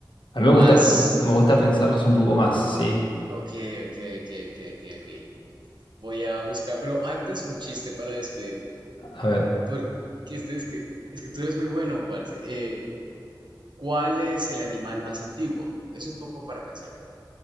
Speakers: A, on the left (about 80°); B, on the right (about 65°).
A: a mí me
B: más.
A: gusta, me gusta pensarlos un poco más, sí.
B: Ok, ok, ok, ok, ok, ok. Voy a buscar, pero antes un chiste para despedirme.
A: A ver.
B: Porque este es que, es que tú eres muy bueno, parce. Eh, ¿cuál es el animal más antiguo? Es un poco para pensarlo.